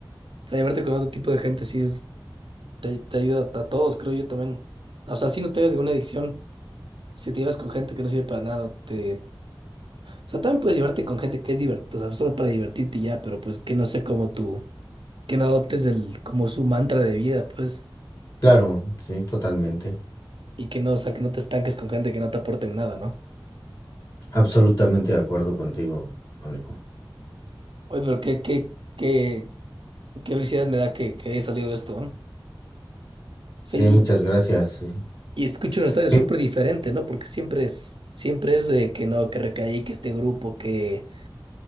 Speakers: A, on the right; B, on the left.
A: sea, llevarte con otro tipo de gente sí es, te, te ayuda a todos, creo yo también. O sea, si no tengas ninguna adicción, si te llevas con gente que no sirve para nada, te... O sea, también puedes llevarte con gente que es divertida, o sea, solo para divertirte y ya, pero pues que no sea como tú que no adoptes el, como su mantra de vida, pues,
B: Claro, sí, totalmente.
A: y que no, o sea, que no te estanques con gente que no te aporte en nada, ¿no?
B: Absolutamente de acuerdo contigo, Nico.
A: Oye, pero qué, qué, qué, qué felicidad me da que, que haya salido esto, ¿no? Sí,
B: Sí, muchas gracias. sí.
A: y, y escucho una historia súper
B: Que,
A: diferente, ¿no? Porque siempre es, siempre es de que no, que recaí, que este grupo, que...